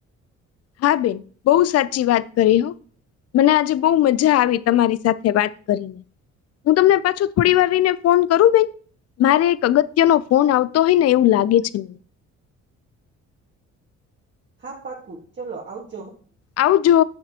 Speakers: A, on the left (about 55°); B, on the right (about 35°).
A: હા બેન બહુ સાચી વાત કરી હો. મને આજે બહુ મજા આવી તમારી સાથે વાત કરીને હું તમને પાછું થોડી વારને ફોન કરું બેન મારે એક અગત્યનો ફોન આવતો હોય ને એવું લાગે છે.
B: હા પાકુ ચલો આવજ
A: આવ જો